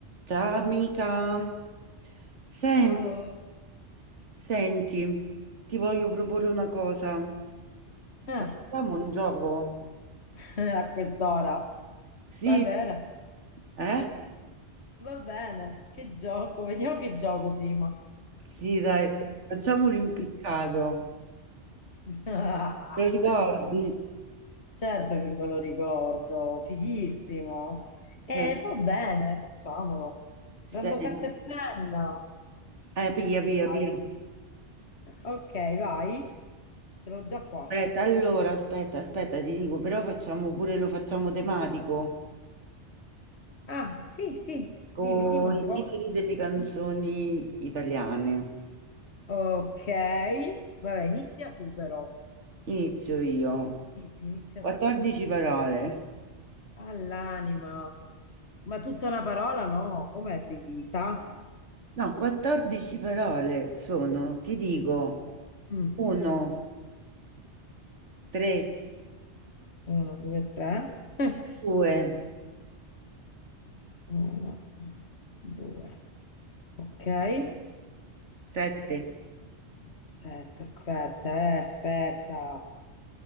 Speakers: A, on the right; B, on the left.
A: Ciao amica, senti,
B: Ciao.
A: senti, ti voglio proporre una cosa.
B: Ah,
A: Facciamo un gioco?
B: <laughs> a quest'ora.
A: Sì,
B: Va bene,
A: eh?
B: va bene. Che gioco? Vediamo che gioco prima.
A: Sì, dai, facciamo l'impiccato.
B: Mm. <laughs> Ah,
A: Ti ricordi?
B: Certo che me lo ricordo, fighissimo. E
A: Che...
B: va bene, facciamolo.
A: sen-
B: Prendo carta e penna.
A: Eh, pia, pia,
B: Vai.
A: pia.
B: Ok, vai. Ce l'ho già qua.
A: Aspetta, allora, aspetta, aspetta, ti dico, però facciamo pure, lo facciamo tematico,
B: Ah, sì, sì.
A: con
B: Dimmi, dimmi un
A: i
B: po'.
A: titoli delle canzoni italiane.
B: Ok. Vabbè, inizia tu però.
A: Inizio io.
B: Sì, sì, inizia
A: 14
B: tu.
A: parole.
B: All'anima. Ma tutta una parola? No, com'è divisa?
A: No, 14 parole sono, ti dico,
B: Mm.
A: 1, 3,
B: Uno, due, tre. <laughs>
A: 2,
B: Uno, due. Ok.
A: 7,
B: Aspetta, aspetta, eh, aspetta.